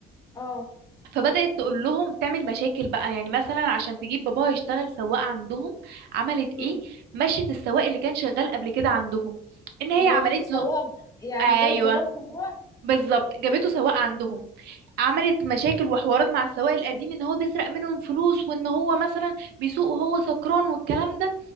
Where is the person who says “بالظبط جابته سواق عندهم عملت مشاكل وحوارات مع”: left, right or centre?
Right